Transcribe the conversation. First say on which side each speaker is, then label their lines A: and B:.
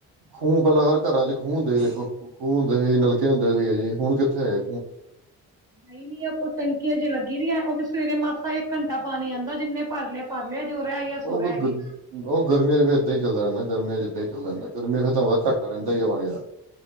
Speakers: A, on the right; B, on the right.
A: ਖੂਹ ਪਹਿਲਾਂ ਹਰ ਘਰਾਂ ਚ ਖੂਹ ਹੁੰਦੇ ਸੀ ਦੇਖੋ, ਖੂਹ ਹੁੰਦੇ ਸੀ, ਨਲਕੇ ਹੁੰਦੇ ਸੀਗੇ ਜੀ ਹੁਣ ਕਿੱਥੇ ਹੈ?
B: ਨਹੀਂ-ਨਹੀਂ ਆਪ ਟੈਂਕੀਆ ਜੇ ਲੱਗੀ ਦੀਆਂ ਉਹਦੇ ਚ ਸਵੇਰੇ ਮਾਸਾ ਇੱਕ ਘੰਟਾ ਪਾਣੀ ਆਉਂਦਾ ਜਿੰਨੇ ਭਰ ਲਿਆ ਭਰ ਲਿਆ ਜੋ ਰਹਿ ਗਿਆ
A: ਉਹ-ਉਹ
B: ਸੋ ਰਹਿ ਗਿਆ।
A: ਗਰਮੀਆਂ ਚ ਫਿਰ ਏਦਾਂ ਹੀ ਚੱਲਦਾ ਰਹਿੰਦਾ। ਗਰਮੀਆਂ ਜਿੱਦਾਂ ਹੀ ਚੱਲ ਜਾਂਦਾ। ਗਰਮੀਆਂ ਫਿਰ ਤਾਂ ਵਧ- ਘਾਟਾ ਰਹਿੰਦਾ ਹੀ ਹੈ ਪਾਣੀ ਦਾ।